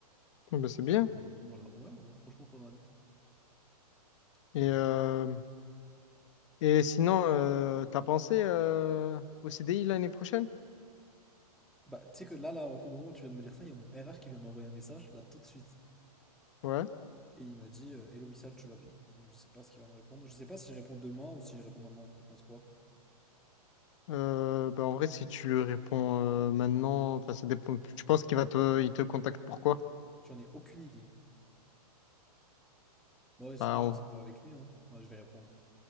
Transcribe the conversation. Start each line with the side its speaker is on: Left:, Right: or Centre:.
Left: Ah, bah, c'est bien.
Centre: Donc, euh, donc voilà, ouais, ouais, franchement, pas mal. Puis
Left: Et,
Centre: voilà.
Left: euh, et sinon, euh, t'as pensé euh, au CDI l'année prochaine?
Centre: Bah, tu sais que là, là, au moment où tu viens de me dire ça, il y a mon RH qui vient de m'envoyer un message, là, tout de suite.
Left: Ouais.
Centre: Et il m'a dit, euh, Hello Wissal, tu vas bien. Donc, je sais pas ce qu'il va me répondre. Je sais pas si je réponds demain ou si je réponds maintenant. T'en penses quoi?
Left: Euh, bah, en vrai, si tu lui réponds euh, maintenant, enfin, ça dépend. Tu penses qu'il va te, il te contacte pourquoi?
Centre: J'en ai aucune idée. Bon, ouais, c'est
Left: Bah,
Centre: cool, je
Left: en-
Centre: vais essayer de voir avec lui, hein. Moi, je vais répondre.